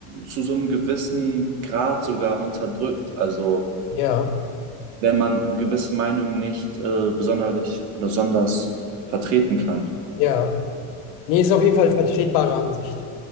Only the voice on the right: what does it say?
zu so einem gewissen Grad sogar unterdrückt. Also
wenn man gewisse Meinungen nicht äh, besonderlich oder sonders vertreten kann.